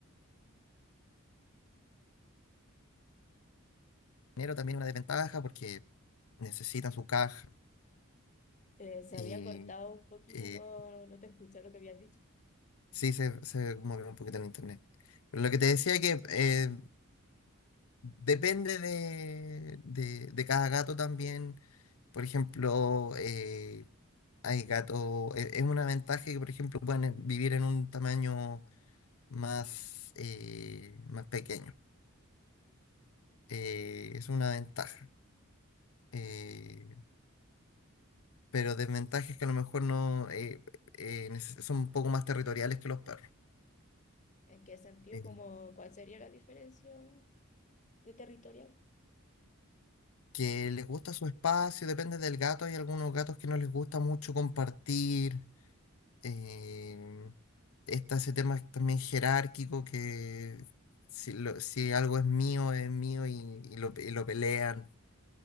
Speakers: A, on the left (about 85°); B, on the left (about 35°).
A: enero también una desventaja porque necesitan su caja
B: Eh, se
A: y
B: había cortado un poquito,
A: eh,
B: no, no te escuché lo que habías dicho.
A: sí se, se mueve un poquito el internet. Pero lo que te decía que eh, depende de, de- de cada gato también. Por ejemplo, eh, hay gatos, e- es una ventaja que, por ejemplo, pueden eh, vivir en un tamaño más, eh, más pequeño. Eh, es una ventaja. Eh, pero desventajas que a lo mejor no eh, eh, neces- son un poco más territoriales que los perros.
B: ¿En qué sentido?
A: Eh,
B: Como, ¿cuál sería la diferencia de territorial?
A: que les gusta su espacio, depende del gato, hay algunos gatos que no les gusta mucho compartir. eh, está ese tema también jerárquico que si, lo- si algo es mío, es mío y, y lo, y lo pelean.